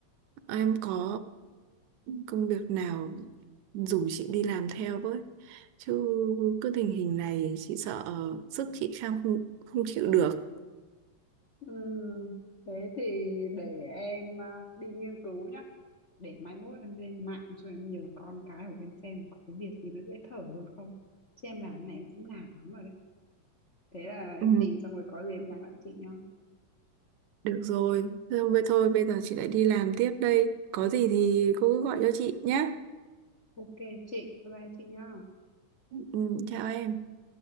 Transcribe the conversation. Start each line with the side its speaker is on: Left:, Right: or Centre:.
Right: em có công việc nào rủ chị đi làm theo với chứ cứ tình hình này chị sợ sức chị kham không không chịu được
Left: Ừm, thế thì để em à, đi nghiên cứu nhá. Để mai mốt em lên mạng rồi em nhờ con cái của em xem có cái việc gì nó dễ thở hơn không. Chứ em làm này em cũng nản lắm rồi đấy. Thế là em
Right: ừ,
Left: tìm xong rồi có gì em nhắn lại chị nhá.
Right: được rồi thôi vậy thôi bây giờ chị lại đi làm tiếp đây có gì thì cô cứ gọi cho chị nhé
Left: Ok chị, bye bye chị nhá.
Right: ừ, chào em